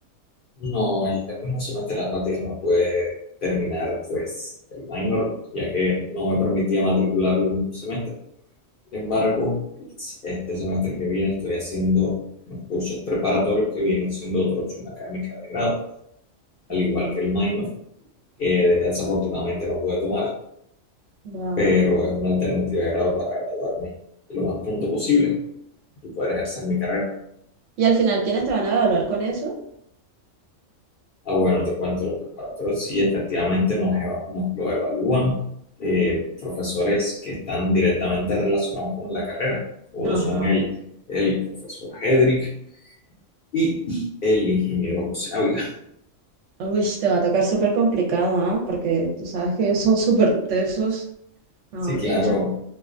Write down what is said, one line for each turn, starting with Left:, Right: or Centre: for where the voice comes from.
Left: No, el, el mismo semestre de las prácticas no pude terminar pues el minor, ya que no me permitía matricularlo el mismo semestre. Sin embargo, este semestre que viene estoy haciendo unos cursos preparatorios que vienen siendo otra opción académica de grado, al
Right: Mm.
Left: igual que el minor, que desafortunadamente no pude tomar,
Right: Claro.
Left: pero es una alternativa de grado para graduarme lo más pronto posible y poder ejercer mi carrera.
Right: Y al final, ¿quiénes te van a evaluar con eso?
Left: Ah, bueno, te cuento, los preparatorios sí efectivamente nos, eva- nos lo evalúan eh, profesores que están directamente relacionados con la carrera, como
Right: Ajá.
Left: lo son el, el profesor Hedrick y el ingeniero José Ávila
Right: Uy, te va a tocar súper complicado, ¿ah? Porque tú sabes que ellos son súper tesos, mejor
Left: Sí, claro,
Right: dicho.